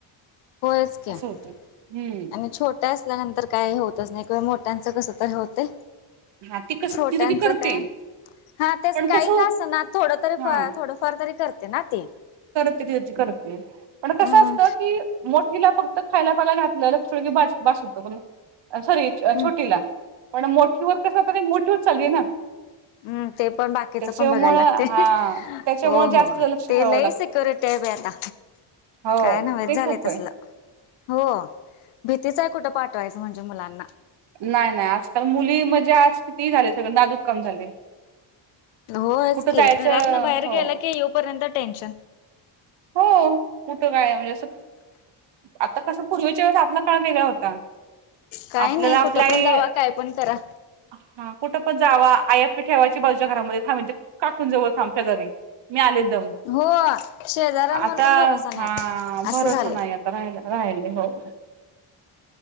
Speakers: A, on the left; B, on the right.
A: होयच की आणि
B: असं होतं हम्म
A: छोट मोठ असल्यानंतर काय होतच नाही कि मोठ्यांचं कस तर होतय
B: हा ती कसं
A: छोट्यांचं
B: तिथं ती करते
A: काय हा तेच
B: पण
A: काही
B: कसं
A: का असना थोडं तरी
B: हा
A: थोडंफार तरी करते ना ती
B: तिज ती करते पन
A: हम्म
B: कसं असत की मोठीला फक्त खायला प्याला घातलं लक्ष ठेवलं की बास बास होत पण सॉरी
A: हम्म
B: छोटीला पण मोठीवर कसं होता मोठीवर चालली आहे ना
A: ह हम्म ते पण बाकीच
B: त्याच्यामुळं
A: पण बघायला लागते
B: हा त्याच्यामुळे
A: हो
B: जास्त
A: हो
B: लक्ष
A: ते
B: ठेवावं
A: लई
B: लागतं
A: सिक्युरिटी आहे बाई आता
B: हो
A: काय नव्हेच
B: ते
A: झालंय
B: खूप
A: तसल
B: आहे
A: हो भीतीचं आहे कुठं पाठवायचं म्हणजे मुलांना
B: नाही नाही आजकाल मुली म्हणजे आज किती झाले सगळे नाजूक काम झालय
A: होयच की
B: जायचं
A: घरातन बाहेर
B: हो
A: गेलं की येऊपर्यंत टेन्शन
B: हो कुठं काय म्हणजे असं आता कस पूर्वीच्या वेळेस आपला काळ वेगळा होता
A: काही
B: आपल्याला
A: नाही कुठं
B: आपल्या आई
A: पण जावा काय पण करा
B: हा कुठं पण जावा आई आपली ठेवायची बाजूच्या घरामध्ये थांब इथ काकून च्या जवळ थांब शेजारी मी आलेच जाऊन
A: हो शेजाऱ्यांवर
B: आता
A: पण भरोसा नाही
B: हा
A: आता असं
B: भरोसा
A: झालंय
B: नाही आता राहिले हो